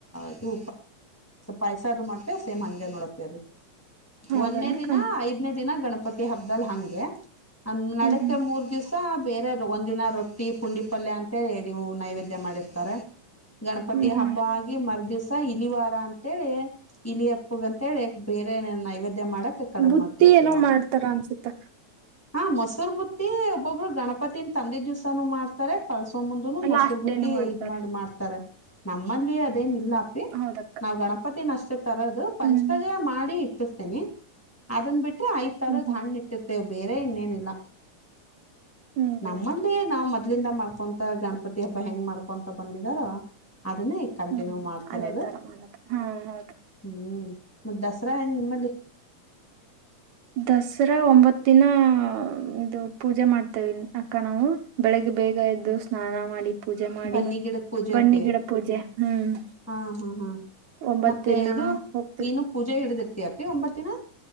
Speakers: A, in the centre; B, on the right.
A: ಇದು ಪೈಸ ಅದು ಮಾಡ್ತೆವ ಸೇಮ್ ಹಂಗೆ ನೋಡಪಿ ಅದು
B: ಹೌದನಕ್ಕ
A: ಒನ್ನೆ ದಿನ ಐದನೇ ದಿನ ಗಣಪತಿ ಹಬ್ಬದಲ್ ಹಂಗೆ ಅ
B: ಹ್ಮ್
A: ನಡುಕ
B: ಹ್ಮ್
A: ಮೂರ್ ದಿವ್ಸ ಬೇರೆವರ ಒಂದಿನ ರೊಟ್ಟಿ ಪುಂಡಿ ಪಲ್ಯ ಅಂತೇಳಿ ಎಡಿ ನೈವೇದ್ಯ ಮಾಡಿರ್ತಾರ ಗಣಪತಿ
B: ಹ್ಮ್ ಹ್ಮ್
A: ಹಬ್ಬ ಆಗಿ ಮರದಿಸ ಇಲಿವಾರ ಅಂತೇಳಿ ಇಲಿಯಪ್ಪಗ ಅಂತೇಳಿ ಬೇರೆ ನೈವೇದ್ಯ ದೈ ಮಾಡಕ್ಕ ಕಡಬ್
B: ಬುತ್ತಿ
A: ಮಾಡ್ತೇವಪ್ಪಿ
B: ಏನೋ
A: ನಾವು
B: ಮಾಡ್ತಾರ ಅನ್ಸುತ್ತ
A: ಹಾ ಮೊಸೂರು ಬುತ್ತಿ ಒಬ್ಬೊಬ್ರು ಗಣಪತಿನ ತಂದಿದ ದಿವ್ಸಾನು ಮಾಡ್ತಾರೆ ಕಳ್ಸ ಮುಂದನು ಮೊಸರು
B: ಲಾಸ್ಟ್
A: ಬುತ್ತಿ
B: ಡೇನು ಮಾಡ್ತಾರೆ
A: ಇದ್ ಮಾಡ್ ಮಾಡ್ತಾರ ನಮ್ಮಲ್ಲಿ ಇದೇನ ಇಲ್ಲಾಪ್ಪಿ
B: ಹೌದಕ್ಕ
A: ನಾವ್ ಗಣಪತಿನ ಅಷ್ಟೇ ತರೋದು ಪಂಚಕಜಾಯ
B: ಹ್ಮ್
A: ಮಾಡಿ ಇಟ್ಟರ್ತಿನಿ ಅದನ್ ಬಿಟ್ರೆ ಐದ್ ತರದ
B: ಹ್ಮ್ ಹ್ಮ್
A: ಹಣ್ಣ ಇಟ್ಟಿರ್ತಿವೆ ಬೇರೆ ಇನ್ನೇನಿಲ್ಲ
B: ಹ್ಮ್
A: ನಮ್ಮಲ್ಲಿ ನಾವು ಮತ್ತ ಮೂದಲಿಂದ ಮಾಡ್ಕೊಂತ ಗಣಪತಿ ಹಬ್ಬ ಹೆಂಗ್ ಮಾಡ್ಕೊಂತ ಬಂದಿದಾರ ಅದನ್ನೇ ಈಗ ಕಂಟಿನ್ಯೂ
B: ಹ್ಮ್
A: ಮಾಡ್ತಿರೋದು
B: ಅದೇ ತರ ಮಾಡದ ಹಾ ಹೌದು
A: ಹ್ಮ್ ಮತ್ತ ದಸರಾ ಹೆಂಗ ನಿಮ್ಮಲ್ಲಿ
B: ದಸರಾ ಒಂಬತ್ತ ದಿನ ಇದು ಪೂಜೆ ಮಾಡ್ತೇವೆ ಅಕ್ಕ ನಾವು ಬೆಳಗ್ಗೆ ಬೇಗ ಎದ್ದು ಸ್ನಾನ ಮಾಡಿ ಪೂಜೆ ಮಾಡಿ
A: ಬನ್ನಿ ಗಿಡದ ಪೂಜೆ
B: ಬನ್ನಿ
A: ಅಪ್ಪಿ
B: ಗಿಡ ಪೂಜೆ ಹ್ಮ್
A: ಹಾ ಹಾ ಹಾ
B: ಒಂಬತ್
A: ಮತ್ತೆ
B: ದಿನ
A: ಇದು
B: ಹೋಗ್ತಿವಿ
A: ನೀನು ಪೂಜೆ ಹಿಡ್ದಿರ್ತಯಪಿ ಒಂಬತ್ ದಿನ